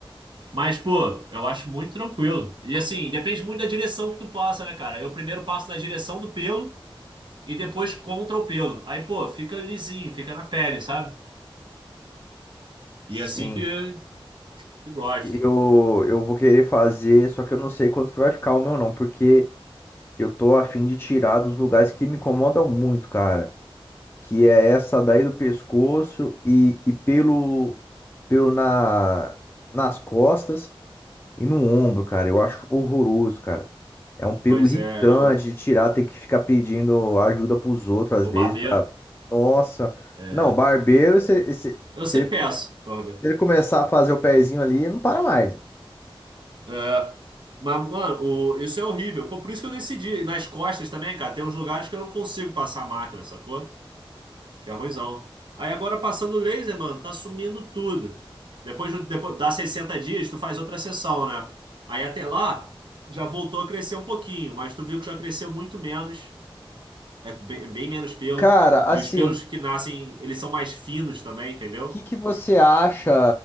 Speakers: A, on the right (about 55°); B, on the left (about 25°).
A: Mas, pô, eu acho muito tranquilo. E assim, depende muito da direção que tu passa, né, cara? Eu primeiro passo na direção do pelo e depois contra o pelo. Aí, pô, fica lisinho, fica na pele, sabe? E
B: Sim.
A: é assim que, que gosto.
B: Eu, eu vou querer fazer, só que eu não sei quanto que vai ficar o meu não, porque eu tô afim de tirar dos lugares que me incomodam muito, cara. que é essa daí do pescoço e, e pelo, pelo na, nas costas e no ombro, cara. Eu acho horroroso, cara. É um pelo
A: Pois
B: irritante
A: é, eu.
B: de tirar, tem que ficar pedindo ajuda pros outros
A: O
B: às vezes.
A: barbeiro.
B: Pra... Nossa,
A: É.
B: não, barbeiro, se, se,
A: Eu
B: se
A: sempre
B: ele, come-
A: peço,
B: se
A: Barbeiro.
B: ele começar a fazer o pezinho ali, não para mais.
A: É. Mas, mano, o- isso é horrível. Pô, por isso que eu decidi. E Nas costas também, cara, tem uns lugares que eu não consigo passar a máquina, sacou? Que é ruimzão. Aí agora passando o laser, mano, tá sumindo tudo. Depois, do- depois dá 60 dias, tu faz outra sessão, né? Aí até lá, já voltou a crescer um pouquinho, mas tu viu que já cresceu muito menos. É bem, bem menos pelo.
B: Cara,
A: E
B: assim,
A: os pelos
B: o
A: que nascem, eles são mais finos também, entendeu?
B: que que você acha